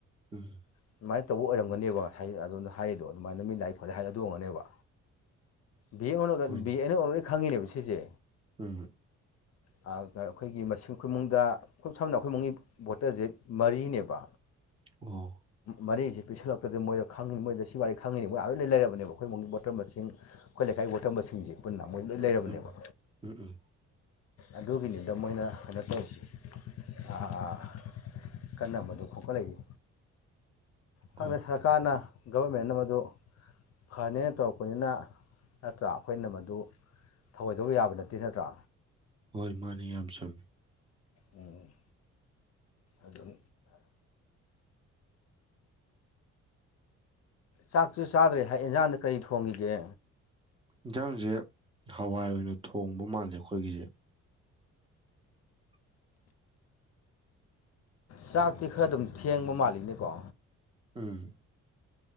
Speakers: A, on the right; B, on the left.
A: ꯎꯝ
B: ꯑꯗꯨꯃꯥꯏꯟ ꯇꯧꯕ ꯑꯣꯏꯔꯝꯒꯅꯦꯕ ꯍꯥꯏ ꯑꯗꯣꯝꯗ ꯍꯥꯏꯔꯤꯗꯣ ꯑꯗꯨꯃꯥꯏꯅ ꯃꯤ ꯂꯥꯛꯏ ꯈꯣꯠꯂꯤ ꯍꯥꯏ ꯑꯗꯨ ꯑꯣꯏꯝꯒꯅꯦꯕ ꯕꯤ ꯑꯣꯟꯅꯕꯅ
A: ꯍꯣꯏꯅꯦ
B: ꯕꯤ ꯑꯩꯅ ꯑꯣꯟꯔꯣꯏ ꯈꯪꯉꯤꯅꯦꯕ ꯁꯤꯁꯦ
A: ꯎꯝ
B: ꯑ ꯑꯈꯣꯏꯒꯤ ꯃꯁꯤꯡ ꯈꯨꯃꯨꯡꯗ ꯈꯨ ꯁꯝꯅ ꯑꯈꯣꯏ ꯃꯨꯡꯒꯤ ꯕꯣꯇꯔꯁꯦ ꯃꯔꯤꯅꯦꯕ
A: ꯑꯣ
B: ꯃꯔꯤꯁꯤ ꯄꯤꯁꯜꯂꯛꯇꯗꯤ ꯃꯣꯏꯗ ꯈꯪꯉꯤ ꯃꯣꯏꯗ ꯁꯤ ꯋꯥꯔꯤ ꯈꯪꯉꯅꯤ ꯃꯣꯏ ꯂꯣꯏ ꯂꯩꯔꯕꯕ ꯑꯈꯣꯏ ꯃꯨꯡꯒꯤ ꯕꯣꯇꯔ ꯃꯁꯤꯡ ꯑꯈꯣꯏ ꯂꯩꯀꯥꯏꯒꯤ ꯕꯣꯇꯔ ꯃꯁꯤꯡꯁꯦ ꯄꯨꯟꯅ ꯃꯣꯏ ꯂꯣꯏ
A: ꯎꯝ
B: ꯂꯩꯔꯕꯅꯦꯕ
A: ꯎꯝ ꯎꯝ ꯎꯝ
B: ꯑꯗꯨꯒꯤꯅꯤꯗ ꯃꯣꯏꯅ ꯀꯩꯅꯣ ꯇꯧꯔꯤꯁꯤ ꯑ ꯀꯟꯅ ꯃꯗꯨ ꯈꯣꯀꯠꯂꯛꯏꯖꯦ ꯈꯪꯗꯦ
A: ꯍꯣꯏ
B: ꯁꯔ ꯀꯥꯔꯅ ꯒꯕꯔꯃꯦꯟꯅ ꯃꯗꯨ ꯐꯅꯦꯅ ꯇꯧꯔꯛꯄꯅꯤꯅ ꯅꯠꯇ꯭ꯔ ꯑꯈꯣꯏꯅ ꯃꯗꯨ ꯊꯧꯑꯣꯏꯗꯧꯕ ꯌꯥꯕ ꯅꯠꯇꯦ ꯅꯠꯇ꯭ꯔꯥ
A: ꯍꯣꯏ ꯃꯥꯅꯤ ꯌꯥꯝ ꯆꯨꯝꯃꯤ
B: ꯎꯝ ꯑꯗꯨꯝ ꯆꯥꯛꯁꯨꯨ ꯆꯥꯗ꯭ꯔꯦ ꯍꯥꯏ ꯏꯟꯖꯥꯡꯗ ꯀꯔꯤ ꯊꯣꯡꯉꯤꯒꯦ
A: ꯏꯟꯖꯥꯡꯁꯦ ꯍꯋꯥꯏ ꯑꯣꯏꯅ ꯊꯣꯡꯕ ꯃꯥꯜꯂꯦ ꯑꯈꯣꯏꯒꯤꯁꯦ <inaudible>
B: ꯆꯥꯛꯇꯤ ꯈꯔ ꯑꯗꯨꯝ ꯊꯦꯡꯕ ꯃꯥꯜꯂꯤꯅꯦꯀꯣ
A: ꯎꯝ